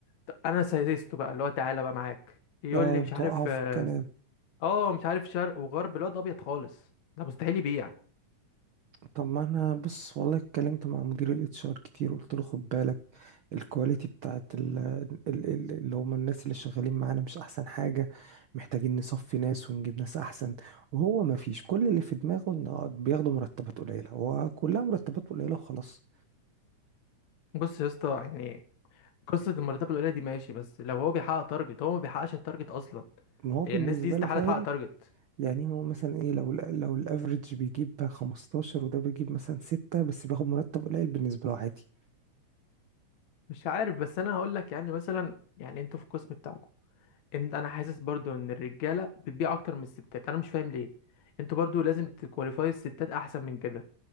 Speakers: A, on the left; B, on the right.
A: ط- انا سايسته بقى اللي هو تعالى بقى معاك يقول
B: اه
A: لي مش
B: بتوقعه
A: عارف
B: في
A: اه
B: الكلام
A: آه، مش عارف شرق وغرب الواد ابيض خالص ده مستحيل يبيع
B: طب ما انا بص والله اتكلمت مع مدير الاتش ار كتير وقلت له خد بالك الكواليتي بتاعت ال ال ال اللي هم الناس اللي شغالين معانا مش احسن حاجة محتاجين نصفي ناس ونجيب ناس احسن وهو ما فيش كل اللي في دماغه انه بياخدوا مرتبات قليلة هو كلها مرتبات قليلة وخلاص
A: بص يا اسطى يعني قصه المرتبات القليله دي ماشي بس لو هو بيحقق تارجت هو ما بيحققش التارجت اصلا
B: ما هو بالنسبة
A: يعني الناس دي استحاله
B: له فاهم
A: تحقق تارجت
B: يعني هو مثلا ايه لو ال- لو الافريج بيجيب 15 وده بيجيب مثلا 6 بس بياخد مرتب قليل بالنسبة له عادي
A: مش عارف بس انا هقول لك يعني مثلا يعني انتوا في القسم بتاعكم ان انا حاسس برضو ان الرجاله بتبيع اكتر من الستات انا مش فاهم ليه انتوا برضو لازم تكواليفاي الستات احسن من كده